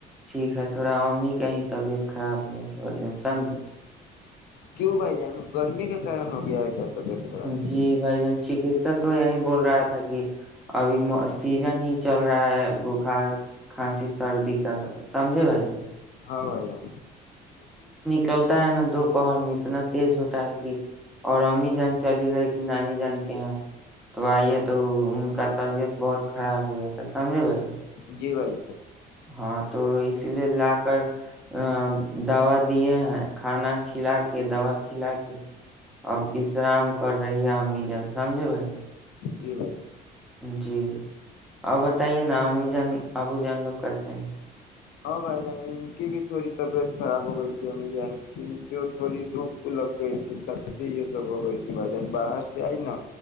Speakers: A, in the centre; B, on the left.
A: ٹھیک ہے تھوڑا امی کا ہی طبیعت خراب ہو جاتا ہے سمجھے
B: کیوں بھائی جان گرمی کے کارن ہو گیا ہے کیا طبیعت خراب
A: جی بھائی جان چکسک تو یہی بول رہا تھا کہ ابھی سیزن ہی چل رہا ہے بخار کھانسی سردی کا سمجھے بھائی
B: ہاں آھا
A: چلتا ہے نا دو پہر میں اتنا تیز ہوتا ہے کہ اور امی جان چلی گئی تھی نانی جان کے یہاں تو آئی ہے تو ان کا طبیعت بہت خراب ہو گیا تھا سمجھے بھائی
B: جی بھائی
A: ہاں تو اس لیے لا کر ا دوا دیے ہیں کھانا کھلا کے دوا کھلا کے اور وشرام کر رہی ہے امی جن سمجھے بھائی
B: جی بھیا
A: جی آپ بتائیے نا ہمیں جان ابو جان لو کیسے ہیں
B: ہاں بھائی جان ان کی بھی تھوڑی طبیعت خراب ہو گئی تھی امی ج ان کی جو تھوڑی دھوپ لگ گئی تھی سردی یہ سب ہو گئی تھی بھائی جان باہر سے آئی نا